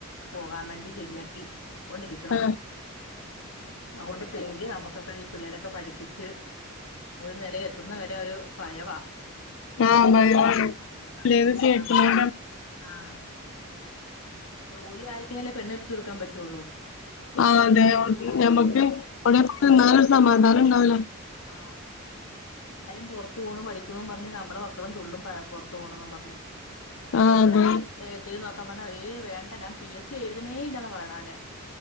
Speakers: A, on the left; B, on the left.
A: പോകാൻ വേണ്ടി ശരിയാക്കി കൊണ്ടിരിക്കണോ
B: ആഹ്
A: ആവോണ്ട് നമുക്കൊക്കെ ഈ പിള്ളേരൊക്കെ പഠിപ്പിച്ച് ഒരു നിലയി എത്തുന്ന വരെ ഒരു ഭയവ
B: ആഹ് ലെത് കേക്കനോടം
A: നമ്മടെ ആഹ് ജോലി ആയിട്ടാലേ പെണ്ണെട്ടിച്ചു കൊടുക്കാൻ പറ്റുള്ളൂ.
B: ആ അതെ ഞമ്മക്ക് അടെനിന്നാലോര് സമാന ന്നാലുണ്ടാവല്ലോ
A: ആ എല്ലാവരും പൊറത്തു പോണു പഠിക്ക്ണൂ പറഞ്ഞ് നമ്മടെ മക്കളും തുള്ളും ക പൊറത്തു പോണൊന്നും പറഞ്ഞ് ന്ന
B: ആഹ്
A: ഇവിടെന്തേലും
B: അതെ
A: എതേലും നോ ക്ക പറ്ഞ്ഞ് ഏയ് വേണ്ട ഞാൻ പി എസ് സി എഴുതുന്നേയില്ലാന്നാ പറയണേ അവന്